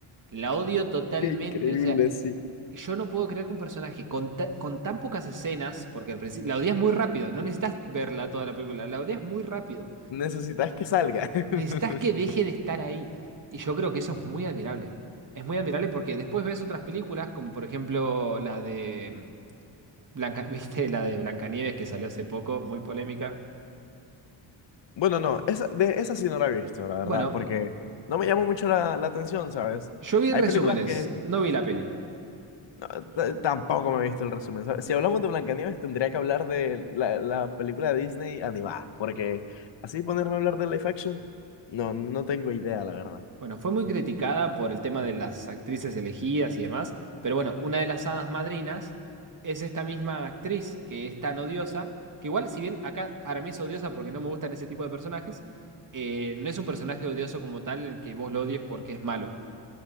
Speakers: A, on the right; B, on the left.
A: La odio totalmente.
B: qué increíble,
A: O sea,
B: sí.
A: yo no puedo creer que un personaje con, ta- con tan pocas escenas, porque al principio la odias muy rápido, no necesitas verla toda la película, la odias muy rápido.
B: Necesitas que salga. <laughs>
A: Necesitas que deje de estar ahí. Y yo creo que eso es muy admirable. Es muy admirable porque después ves otras películas, como por ejemplo la de Blanca, <laughs> ¿viste? La de Blancanieves que salió hace poco, muy polémica.
B: Bueno, no, esa, de esa sí no la he visto, la verdad,
A: Bueno,
B: porque no me llamó mucho la, la atención, ¿sabes?
A: yo vi
B: Hay
A: resúmenes,
B: películas que...
A: no vi la peli.
B: No, t- tampoco me he visto el resumen. ¿sabes? Si hablamos de Blancanieves, tendría que hablar de la, la película de Disney animada, porque así ponerme a hablar de live action, no, no tengo idea, la verdad.
A: Bueno, fue muy criticada por el tema de las actrices elegidas y demás, pero bueno, una de las hadas madrinas es esta misma actriz que es tan odiosa, que igual, si bien acá para mí es odiosa porque no me gustan ese tipo de personajes, eh, no es un personaje odioso como tal en que vos lo odies porque es malo,